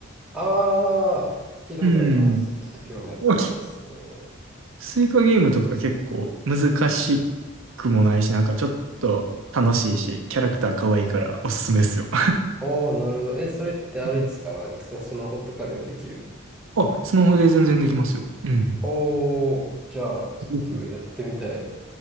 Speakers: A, in the centre; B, on the right (about 70°).
A: ああ、聞いたことあります。
B: うん。
A: ちょっと興味あったっすね。
B: わけスイカゲームとか結構難しくもないし、なんかちょっと楽しいし、キャラクター可愛いからおすすめですよ。
A: おー、なるほど。え、それってあれですかススマホとかでもできる
B: うんあ、スマホで全然できますよ。うん。
A: おー、じゃあちょっとやってみたい。
B: ぜひ。